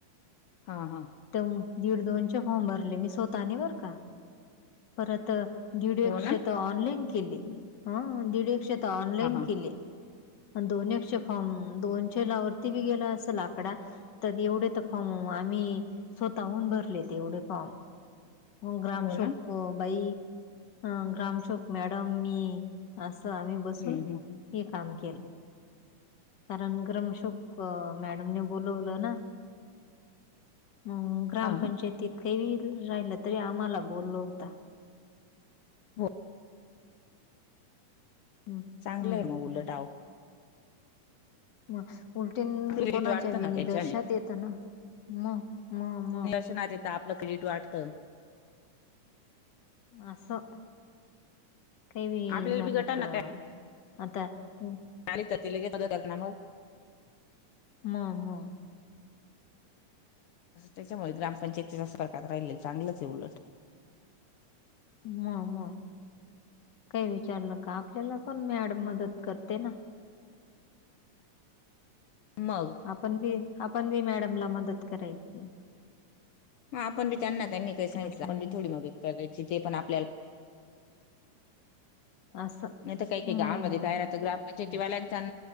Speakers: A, on the left (about 75°); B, on the left (about 45°).
A: हा हा.
B: त दीड दोनचे फॉर्म भरले मी स्वतःने बर का. परत दीड
A: हो
B: एकशे
A: ना
B: त ऑनलाईन केले हा दीड एकशे त ऑनलाईन
A: हा हा
B: केले. पण दोन ऐकशे फॉर्म दोनशेला वरती बी गेला असल आकडा त्यात एवढे तर फॉर्म आम्ही स्वतःहून भरले ते एवढे फॉर्म. <inaudible> ग्रामसेवक
A: हो ना
B: बाई ह ग्रामसेवक मॅडम मी असं आम्ही बसून
A: हम्म हम्म
B: हे काम केलं. कारण ग्रमसेवक मॅडमने बोलवलं ना. मग ग्रामपंचायतीत
A: हा हा.
B: काही वेगळं येऊन राहिलं तरी आम्हाला बोलवता.
A: हो.
B: हम्म
A: चांगलंय
B: हम्म.
A: म उलट आओ
B: म उलटीन
A: क्रेडिट
B: कोणाच्या
A: वाढतं
B: बी
A: ना
B: नीदर्शात
A: त्याच्याने
B: येतं ना म म म
A: सूचना देता आपल क्रेडिट वाढतं
B: म असं काही बी
A: आपल्याला
B: झालं
A: गटांना
B: त
A: काय
B: आता हम
A: आली तर ती लगेच <inaudible>
B: म म
A: त्याच्यामुळे ग्रामपंचायतीच्या संपर्कात राहिलल चांगलंच आहे उलट.
B: म म काय विचारलं का आपल्याला पण मॅडम मदत करते ना
A: मग
B: आपण बी आपण बी मॅडमला मदत करायची.
A: हा आपण बी त्यांना त्यांनी काही सांगितलं
B: असं
A: आपण
B: आहे
A: थोडी मदत करायची ते पण आपल्याला
B: असं
A: नाही तर काही काही
B: म
A: गावांमध्ये
B: म
A: काय राहत गवाण शेतीवाल्यांचान